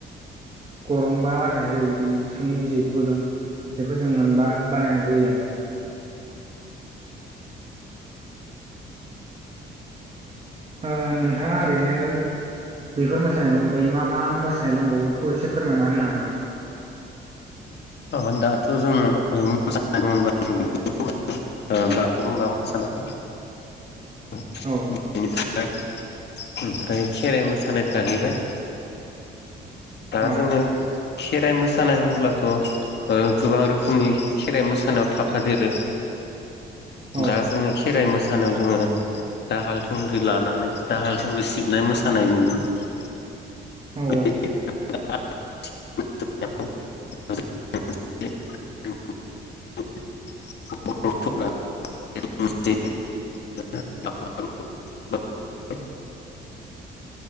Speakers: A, on the right; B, on the left.
A: गरंबा बानायनाय जायो बिनि सिफुंनि जि गुदुं। बेखौ जों मोनबा बानायनाय जायो आरो। ओ नोंथाङा ओरैनो बेफोर मोसानायनि अनगायै मा मा मोसानाय दंबावो बेखौ एसे फोरमायना होनो हागोन नामा?
B: औ दाथ' जोङो मोसानाय दंबा जों बेखौ ओ बागुरुमबा मोसानाय <unintelligible>
A: औ
B: ओमफ्राय खेराइ मोसानाय थाहैबाय दा
A: औ
B: जोङो खेराइ मोस सानाय होनब्लाथ ओ' गोबां रोखोमनि खेराइ मोसानायाव थाफादेरो
A: औ
B: दा जोङो खेराइ मोसानायाव जोङो दाहाल थुंग्रि लानानै दाहाल थुंग्रि सिबनाय मोसानाय नुयो। <unintelligible>
A: औ
B: <unintelligible> गथ'फोरा <unintelligible>